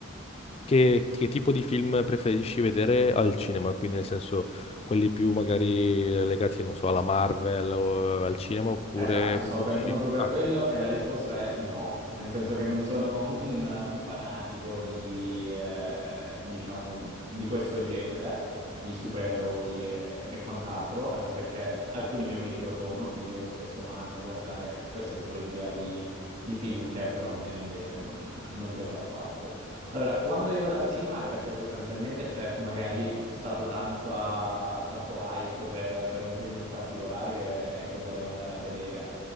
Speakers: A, on the left (about 30°); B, on the right (about 50°).
A: che, che tipo di film preferisci vedere al cinema? Quindi, nel senso, quelli più magari legati, non so, alla Marvel o al cinema, oppure
B: Esatto,
A: preferisci...
B: stavo pensando proprio
A: Ah,
B: a quello e la risposta è no, nel senso che non sono <laughs> un, un fanatico di, eh, diciamo, di questo genere, di supereroi e, e quant'altro, anche perché alcuni miei amici lo sono, quindi loro spesso vanno a guardare questa tipologia di, di film che però a me invece non, non piace affatto. Allora, quando io vado al cinema è perché sostanzialmente c'è magari stato tanto, ah, tanto hype per, per un film in particolare che, che volevo andare a vedere.